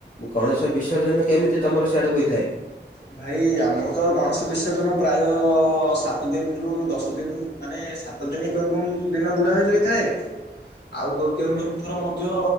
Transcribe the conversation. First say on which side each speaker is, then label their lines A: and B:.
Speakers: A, on the left; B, on the left.
A: ଗଣେଶ ବିସର୍ଜନ କେମିତି ତମର ସିଆଡୁ ହୋଇଥାଏ?
B: ଭାଇ ଆମର ତ ଗଣେଶ ବିସର୍ଜନ ପ୍ରାୟ ସାତ ଦିନରୁ ଦଶ ଦିନ ମାନେ ସା ସାତ ଦିନ କେଉଁ କେଉଁ ଦିନ ବୁଡ଼ା ହୋଇଯାଇଥାଏ ଆଉ କେଉଁ ଥର ମଧ୍ୟ